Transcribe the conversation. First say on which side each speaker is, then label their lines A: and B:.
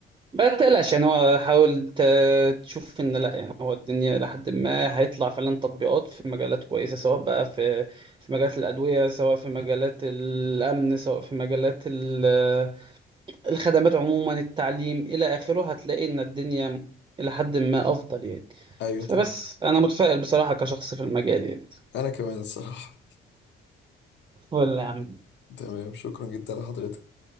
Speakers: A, on the right (about 25°); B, on the left (about 65°).
A: ما تقلقش يعني هو حاول ت- تشوف ان لا يعني هو الدنيا لحد ما هيطلع فعلا تطبيقات في مجالات كويسه سواء بقى في في مجالات الادويه سواء في مجالات الامن سواء في مجالات ال- الخدمات عموما التعليم الى اخره هتلاقي ان الدنيا الى حد ما افضل يعني
B: ايوه
A: فبس
B: تمام
A: انا متفائل بصراحه كشخص في المجال يعني
B: انا كمان الصراحه
A: ولا
B: تمام شكرا جدا لحضرتك